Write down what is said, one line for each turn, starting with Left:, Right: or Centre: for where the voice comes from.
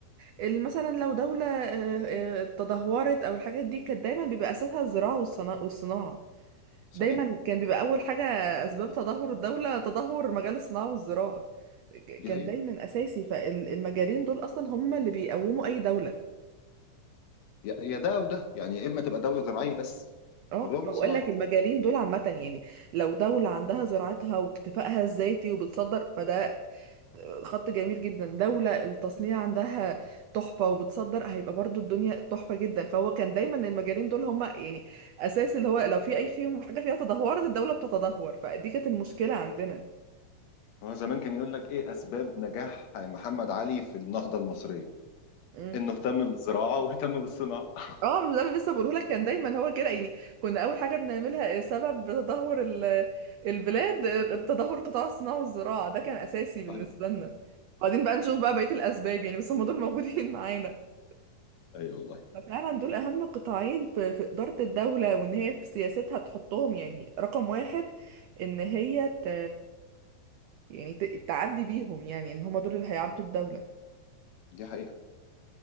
Right: ال- مثلا لو دوله اه، اه، تدهورت او الحاجات دي كانت دايما بيبقى اساسها الزراعه والصنا- والصناعه
Left: صحيح
Right: دايما كان بيبقى اول حاجه اسباب تدهور الدوله تدهور مجال الصناعه والزراعه ك-
Left: دي
Right: كان
Left: هي
Right: دايما اساسي فالمجالين دول اصلا هم اللي بيقوموا اي دوله
Left: يا يا ده او ده يعني يا اما تبقى دوله زراعيه بس
Right: اه
Left: او دوله
Right: ما بقول
Left: صناعيه
Right: لك المجالين دول عامه يعني لو دولة عندها زراعتها واكتفائها الذاتي وبتصدر فده خط جميل جدا دولة التصنيع عندها تحفة وبتصدر هيبقى برضو الدنيا تحفة جدا فهو كان دايما المجالين دول هما يعني أساس اللي هو لو في أي فيهم حاجة فيها تدهورت الدولة بتتدهور فدي كانت المشكلة عندنا
Left: هو زمان كان يقول لك ايه اسباب نجاح محمد علي في النهضه المصريه
Right: مم.
Left: انه اهتم بالزراعه واهتم بالصناعه <laughs>
Right: اه مش ده اللي لسه بقوله لك كان دايما هو كده يعني كنا أول حاجة بنعملها سبب تدهور ال- البلاد تدهور قطاع الصناعة والزراعة ده كان أساسي بالنسبة
Left: صحيح
Right: لنا بعدين بقى نشوف بقى بقية الأسباب يعني بس هم دول موجودين <laughs> معانا
Left: اي والله
Right: ففعلا دول اهم قطاعين في في اداره الدوله وان هي في سياستها تحطهم يعني رقم واحد ان هي ت... يعني ت... تعدي بيهم يعني ان هما دول اللي هيعدوا الدوله
Left: دي حقيقه